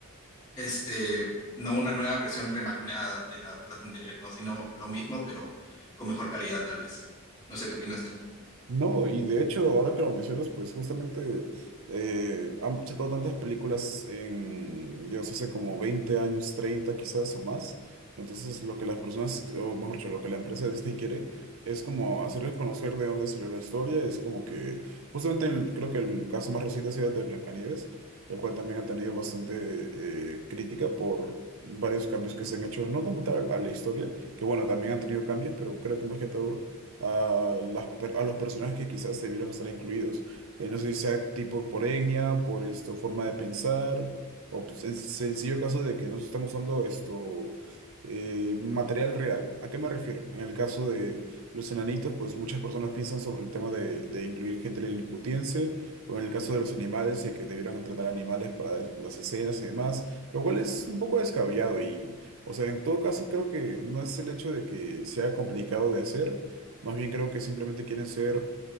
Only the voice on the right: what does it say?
No, y de hecho, ahora que lo mencionas, pues justamente eh, han sacado tantas películas en, Dios, hace como 20 años, 30 quizás o más. Entonces, lo que las personas, o mejor dicho, lo que la empresa de Disney quiere es como hacerles conocer de dónde salió la historia. Es como que, justamente el- creo que el caso más reciente ha sido el de Blancanieves, el cual también ha tenido bastante eh, crítica por varios cambios que se han hecho, no como tal a la historia, que bueno, también han tenido cambios, pero creo que más que todo a, las, per- a los personajes que quizás debieron estar incluidos. Eh, no sé si sea tipo por etnia, por esto, forma de pensar, o p- en sencillo caso de que no se están usando esto, eh, material real. ¿A qué me refiero? En el caso de los enanitos, pues muchas personas piensan sobre el tema de, de incluir gente liliputiense, o en el caso de los animales, y que debieron entrenar animales para es- las escenas y demás, lo cual es un poco descabellado y... O sea, en todo caso, creo que no es el hecho de que sea complicado de hacer, más bien creo que simplemente quieren ser